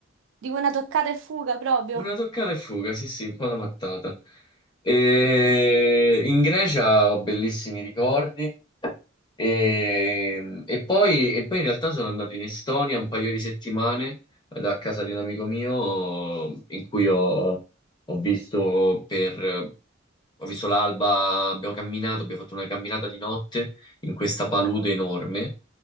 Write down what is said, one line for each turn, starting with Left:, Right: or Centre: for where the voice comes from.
Right: Dico una toccata e fuga proprio.
Left: Una toccata e fuga, sì, sì, un po' da mattata. E in Grecia ho bellissimi ricordi. E, e poi, e poi in realtà sono andato in Estonia un paio di settimane da casa di un amico mio in cui ho, ho visto per ho visto l'alba, abbiamo camminato, abbiamo fatto una camminata di notte in questa
Right: Wow,
Left: palude enorme,